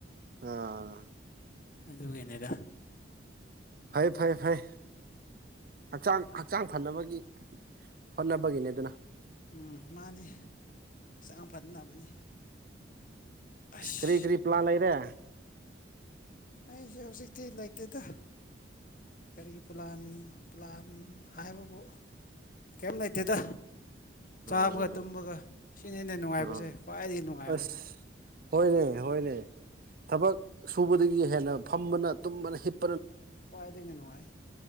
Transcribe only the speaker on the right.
ꯑꯥ
ꯐꯩ ꯐꯩꯦ ꯐꯩ ꯍꯛꯆꯥꯡ ꯍꯛꯆꯥꯡ ꯐꯅꯕꯒꯤ ꯍꯣꯂꯕꯒꯤꯅꯦ ꯑꯗꯨꯅ
ꯏꯁ ꯀ꯭ꯔꯤ ꯀ꯭ꯔꯤ ꯄ꯭ꯂꯥ ꯂꯩꯔꯦ
ꯎꯝ
ꯎꯝ
ꯑꯁ ꯍꯣꯏꯅꯦ ꯍꯣꯏꯅꯦ ꯊꯕꯛ ꯁꯨꯕꯗꯒꯤ ꯍꯦꯟꯅ ꯐꯝꯕꯅ ꯇꯨꯝꯕꯅ ꯍꯤꯞ